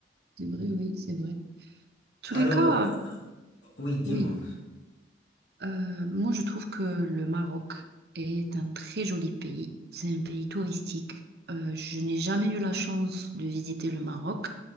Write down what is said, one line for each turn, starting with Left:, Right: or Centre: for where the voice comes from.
Right: C'est vrai, oui, c'est vrai. tous
Left: Alors,
Right: les cas,
Left: euh, oui, dis-moi.
Right: Oui, euh, moi je trouve que le Maroc est un très joli pays. C'est un pays touristique. Euh, je n'ai jamais eu la chance de visiter le Maroc.